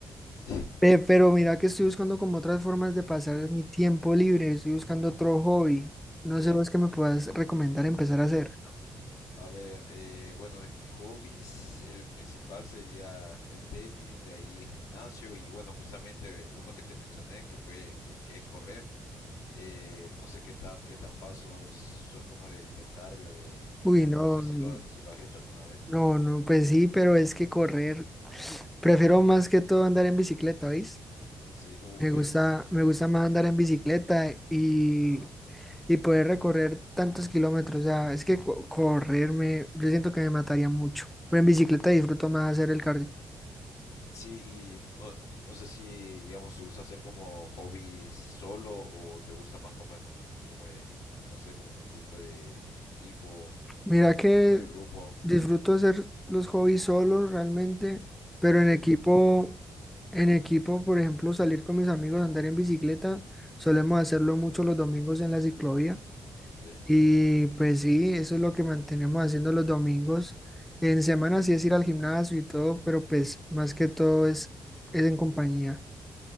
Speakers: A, on the left; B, in the centre.
A: Sí.
B: Ve, pero mira que estoy buscando como otras formas de pasar mi tiempo libre, estoy buscando otro hobby. No
A: Sí.
B: sé vos qué me puedas recomendar empezar a hacer.
A: A ver, eh, bueno, de mis hobbies el principal sería el tenis, de ahí gimnasio y bueno, justamente eh, uno que te mencioné que fue eh, que es correr. Eh, no sé qué tan qué tan falsos sos sos como del, del cardio de correr,
B: Uy, no.
A: no sé si
B: no,
A: lo has si lo has hecho alguna vez.
B: No, no, pues sí, pero es que correr. Prefiero más que todo andar en bicicleta, ¿veis?
A: Sí, uff,
B: Me
A: pues,
B: gusta, me gusta más andar en bicicleta y,
A: ajá.
B: y poder recorrer tantos kilómetros. O sea, es que co- correr me, yo siento que me mataría mucho. Pero en bicicleta disfruto más hacer el cardio.
A: Sí, y no, no sé si, digamos, te gusta hacer como hobbies solo o te gusta más como en, como en, no sé, como en un tipo de equipo,
B: Mira
A: como en
B: que
A: un tipo de grupo.
B: disfruto hacer los hobbies solos realmente, pero
A: Sí,
B: en equipo, en equipo, por ejemplo, salir con mis amigos andar en bicicleta, solemos hacerlo mucho los domingos en la ciclovía.
A: sí.
B: Y pues sí, eso es lo que mantenemos haciendo los domingos. En semana sí es ir al gimnasio y todo, pero pues más que todo es, es en compañía.